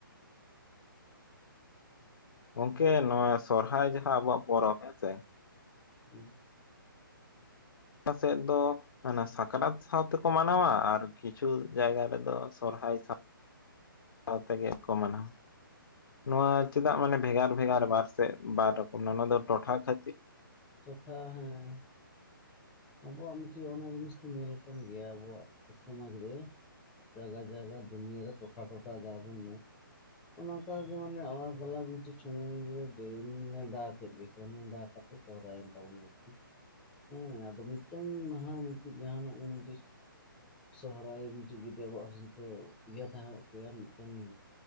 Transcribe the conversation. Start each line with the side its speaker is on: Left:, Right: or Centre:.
Left: ᱜᱚᱝᱠᱮ ᱱᱚᱣᱟ ᱥᱚᱨᱦᱟᱭ ᱡᱟᱦᱟᱸ ᱟᱵᱚᱣᱟᱜ ᱯᱚᱨᱚᱵᱽ ᱦᱮᱸᱥᱮ
Centre: <unintelligible>
Left: <unintelligible> ᱥᱮᱫ ᱫᱚᱼᱼ ᱚᱱᱟ ᱥᱟᱠᱨᱟᱛ ᱥᱟᱶ ᱛᱮᱠᱚ ᱢᱟᱱᱟᱣᱟ ᱟᱨ ᱠᱤᱪᱷᱩ ᱡᱟᱭᱜᱟ ᱨᱮᱫᱚ ᱥᱚᱨᱦᱟᱭ ᱥᱟᱶᱼᱼ ᱥᱟᱶ ᱛᱮᱜᱮᱜ ᱠᱚ ᱢᱟᱱᱟᱣ ᱱᱚᱣᱟ ᱪᱮᱫᱟᱜ ᱢᱟᱱᱮ ᱵᱷᱮᱜᱟᱨ ᱵᱷᱮᱜᱟᱨ ᱵᱟᱨ ᱥᱮᱫ ᱵᱟᱨ ᱨᱚᱠᱚᱢ ᱚᱱᱟ ᱫᱚ ᱴᱚᱴᱷᱟ ᱠᱷᱟᱹᱛᱤᱨᱼᱼ
Centre: ᱛᱚᱛᱷᱟ ᱦᱮᱸᱼᱼ ᱟᱵᱚᱣᱟᱜ ᱢᱤᱫᱴᱮᱱ ᱚᱱᱟ ᱡᱤᱱᱤᱥ ᱫᱚᱧ ᱧᱮᱞ ᱠᱟᱱ ᱜᱮᱭᱟ ᱟᱵᱚᱣᱟᱜ ᱥᱚᱢᱟᱡᱽ ᱨᱮᱼᱼ ᱡᱟᱭᱜᱟ ᱡᱟᱭᱜᱟ ᱫᱩᱱᱤᱭᱟ ᱨᱮ ᱴᱚᱴᱷᱟ ᱴᱚᱴᱷᱟ ᱡᱟᱦᱟᱸ ᱵᱚᱱ ᱢᱮᱱᱼᱼ ᱚᱱᱠᱟᱟᱜᱮ ᱢᱟᱱᱮ ᱟᱞᱟᱫᱟ ᱟᱞᱟᱠ ᱢᱤᱫᱴᱮᱡ ᱥᱳᱢᱚᱭ ᱨᱮ ᱫᱟᱜ ᱠᱮᱫ ᱜᱮ᱾ ᱥᱚᱱᱮᱰᱮ ᱦᱟᱠᱚᱛ ᱥᱚᱦᱚᱨᱟᱭ ᱮᱱ <unintelligible> ᱜᱚᱱ ᱵᱛᱩ ᱦᱩᱸ ᱢᱤᱫᱴᱟᱝ ᱢᱟᱦᱟ ᱢᱤᱫᱴᱤᱡ ᱡᱟᱦᱟᱱᱟᱜ ᱜᱮᱥ ᱥᱚᱦᱨᱟᱭ ᱢᱤᱫᱴᱮᱱ ᱡᱩᱫᱤ ᱟᱵᱚᱣᱟᱜ ᱦᱳᱭ ᱛᱚ ᱤᱭᱟᱹ ᱛᱟᱦᱮᱸ ᱠᱮᱭᱟ, ᱢᱤᱫᱴᱟᱝ